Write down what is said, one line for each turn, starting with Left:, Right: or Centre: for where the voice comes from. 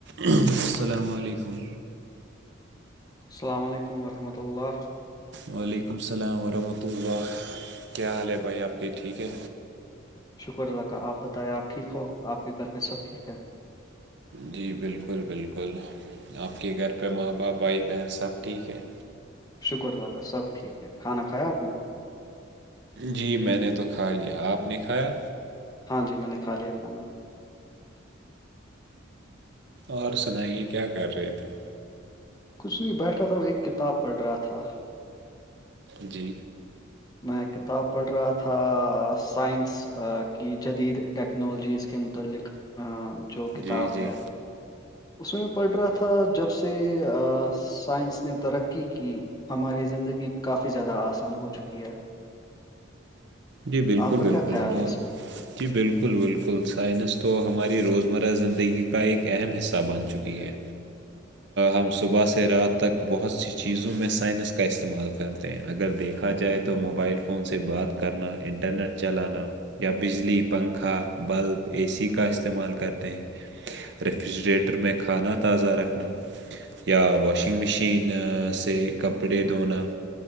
Right: السلام علیکم
Left: السلام علیکم ورحمۃ اللہ
Right: والیکم سلام ورحمۃ اللہ کیا حال ہے بھائی آپ کے ٹھیک ہے
Left: شکر اللہ کا آپ بتائیں آپ ٹھیک ہو آپ کے گھر پہ سب ٹھیک ہے
Right: جی بالکل بالکل آپ کے گھر پہ ماں باپ بھائی بہن سب ٹھیک ہیں
Left: شکر اللہ کا سب ٹھیک ہے کھانا کھایا آپ نے
Right: جی میں نے تو کھا لیا آپ نے کھایا
Left: ہاں جی میں نے کھا لیا کھانا
Right: اور سنائیے کیا کر رہے تھے
Left: کچھ نہیں بیٹھا تھا ا ایک کتاب پڑھ رہا تھا
Right: جی
Left: میں کتاب پڑھ رہا تھا سائنس کی جدید ٹیکنالوجیز کے متعلق جو کتاب
Right: جی جی
Left: ہے اس میں بھی پڑ رہا تھا جب سے سائنس نے ترقی کی ہماری زندگی کافی زیادہ آسان ہو چکی یک ہے
Right: جی بالکل
Left: آپ کا
Right: بالکل
Left: کیا خیال
Right: بہت
Left: ہے اس پہ
Right: جی بالکل بالکل سائنس تو ہماری روزمرہ زندگی کا ایک اہم حصہ بن چکی ہے ہم صبح سے رات تک بہت سی چیزوں میں سائنس کا استعمال کرتے اگر دیکھا جائے تو موبائل فون سے بات کرنا انٹرنیٹ چلانا یا بجلی پنکھا بلب اے سی کا استعمال کرتے ہیں ریفریجریٹر میں کھانا تازہ رکھنا یا واشنگ مشین سے کپڑے دھونا